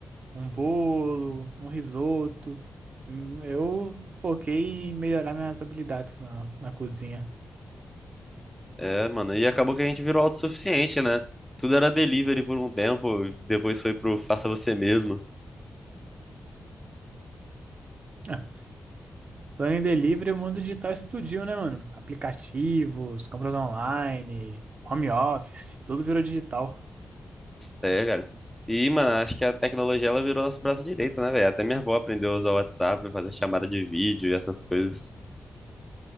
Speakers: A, on the right; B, in the centre.
A: um bolo, um risoto. Hum, Eu foquei em melhorar minhas habilidades na, na cozinha.
B: É, mano. E acabou que a gente virou autossuficiente, né? Tudo era delivery por um tempo, depois foi pro faça você mesmo.
A: Ah, Plano em delivery, o mundo digital explodiu, né, mano? Aplicativos, compras online, home office, tudo virou digital.
B: É, cara. E, mano, acho que a tecnologia ela virou nosso braço direito, né, velho? Até minha avó aprendeu a usar o WhatsApp, fazer chamada de vídeo e essas coisas.